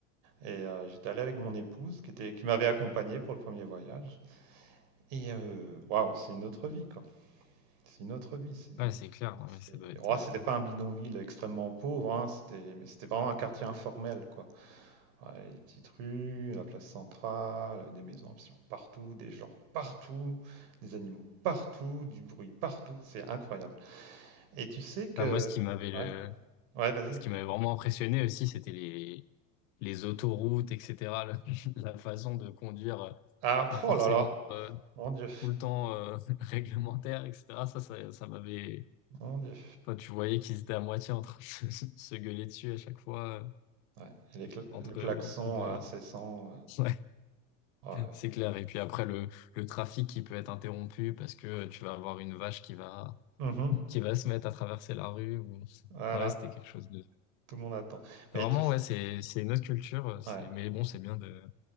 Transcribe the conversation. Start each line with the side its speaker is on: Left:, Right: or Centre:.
Right: Et euh, j'étais allé avec mon épouse qui était, qui m'avait accompagné pour le premier voyage. Et euh, waouh, c'est une autre vie, quoi. C'est une autre vie. C'est,
Left: Ouais, c'est clair, ouais,
Right: c'est-
Left: ça doit être.
Right: Oh,
Left: euh,
Right: c'était pas un bidonville extrêmement pauvre, hein, C'était, mais c'était vraiment un quartier informel, quoi. Ouais, les petites rues, la place centrale, des maisons absolument partout, des gens partout, des animaux partout, du bruit partout. C'est incroyable. Et tu sais que...
Left: Enfin, moi, ce qui m'avait le,
Right: Ouais, ouais, vas-y.
Left: ce qui m'avait vraiment impressionné aussi, c'était les les autoroutes, etc. La, <laughs> la façon de conduire, euh,
Right: Ah,
Left: pas
Right: pff,
Left: forcément
Right: oh là là,
Left: euh,
Right: mon Dieu,
Left: tout le temps euh, <laughs> réglementaire, etc. Ça, ça, ça m'avait.
Right: mon Dieu.
Left: Enfin, tu voyais qu'ils étaient à moitié en train de se, se gueuler dessus à chaque fois, euh,
Right: Ouais, et les cla-
Left: entre
Right: le klaxon
Left: entre deux.
Right: euh, incessant.
Left: <laughs> Ouais,
Right: euh, ouais.
Left: c'est clair. Et puis après le le trafic qui peut être interrompu parce que tu vas avoir une vache qui va
Right: Mhm.
Left: qui va se mettre à traverser la rue ou.
Right: Voilà,
Left: enfin, Ouais, c'était quelque chose
Right: tout le monde attend. Mais
Left: C'est Vraiment,
Right: tu... s-
Left: ouais, c'est, c'est une autre culture. euh, C'est,
Right: ouais.
Left: mais bon, c'est bien de.